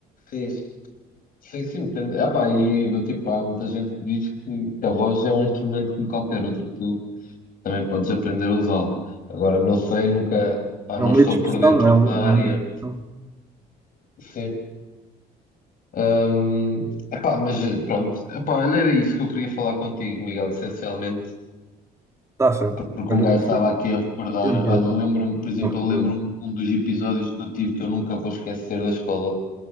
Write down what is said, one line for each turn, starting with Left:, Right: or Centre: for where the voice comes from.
Left: Sim. Sim, sim, depende. Epá, e do tipo, há muita gente que diz que, que a voz é um instrumento como qualquer outro que tu também podes aprender a usá-lo. Agora, não sei, nunca, pá,
Right: É
Left: não
Right: um meio
Left: estou
Right: de expressão,
Left: por dentro
Right: não é? Um,
Left: da área.
Right: um meio de expressão.
Left: Sim. Hum, epá, mas eh, pronto, epá, olha, era isso que eu queria falar contigo, Miguel, essencialmente,
Right: Está certo.
Left: porque
Right: Olha,
Left: um gajo estava
Right: foi
Left: aqui a recordar.
Right: foi um prazer
Left: Olha, lembro-me, por exemplo,
Right: para recordar.
Left: eu lembro-me que um dos episódios que eu tive que eu nunca vou esquecer da escola,